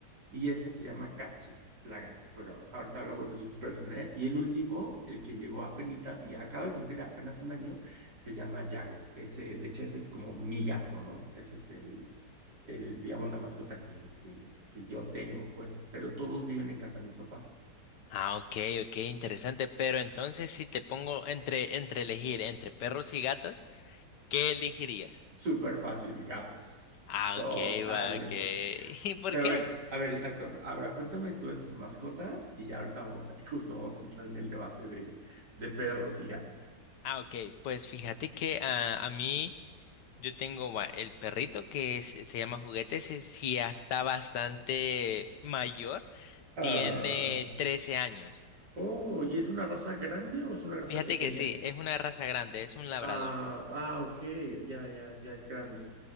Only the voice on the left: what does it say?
Ah, ok, ok, interesante. Pero entonces, si te pongo entre, entre elegir entre perros y gatos, ¿qué elegirías?
Ah,
ok, va, ok. <laughs> ¿Y por
qué?
Ah, ok, pues fíjate que ah, a mí yo tengo va, el perrito que es- se llama Juguetes, si sí ya está bastante mayor,
tiene 13 años.
Fíjate
que sí, es una raza grande, es un labrador.